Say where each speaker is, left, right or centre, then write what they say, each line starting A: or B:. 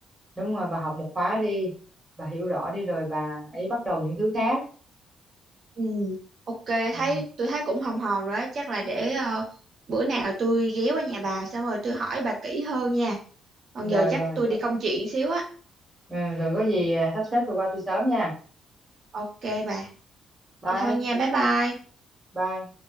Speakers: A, on the right; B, on the right.
A: đúng rồi bà học một khóa đi bà hiểu rõ đi rồi bà hãy bắt đầu những thứ khác
B: Ừ. Ok, thấy
A: ừ.
B: tôi thấy cũng hòm hòm rồi đó, chắc là để ờ, bữa nào tôi ghé qua nhà bà xong rồi tôi hỏi bà kỹ hơn nha. Còn
A: rồi
B: giờ chắc
A: rồi
B: tôi
A: có-
B: đi công chuyện xíu á.
A: ừ, rồi có gì à, sắp xếp rồi qua tôi sớm nha
B: Ok bà.
A: bye
B: Vậy thôi nha, bye bye.
A: bye